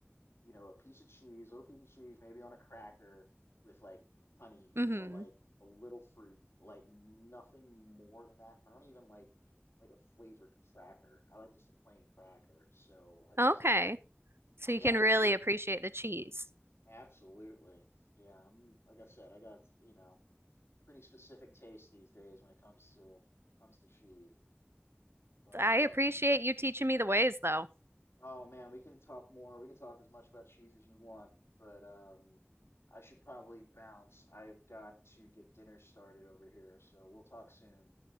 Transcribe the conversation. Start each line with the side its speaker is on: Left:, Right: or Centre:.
Left: you know, a piece of cheese, little piece of cheese, maybe on a cracker with like honey
Right: hmm
Left: or like a little fruit, like nothing more than that. I don't even like like a flavored cracker. I like just a plain cracker. So I just
Right: Okay.
Left: I'm
Right: So
Left: I'm
Right: you
Left: that
Right: can really
Left: into
Right: appreciate the cheese.
Left: absolutely. Yeah, I'm like I said, I got, you know, pretty specific taste these days when it comes to comes to cheese. But
Right: I
Left: um
Right: appreciate you teaching me the ways, though.
Left: Oh man, we can talk more. We can talk as much about cheese as you want, but um, I should probably bounce. I've got to get dinner started over here, so we'll talk soon.